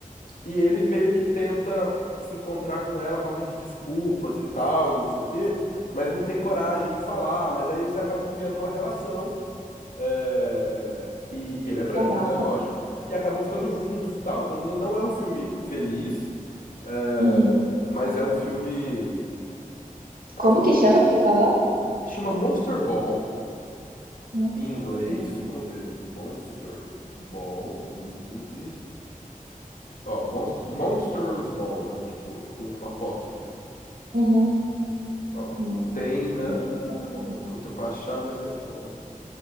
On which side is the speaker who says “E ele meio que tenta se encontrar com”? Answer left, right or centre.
Left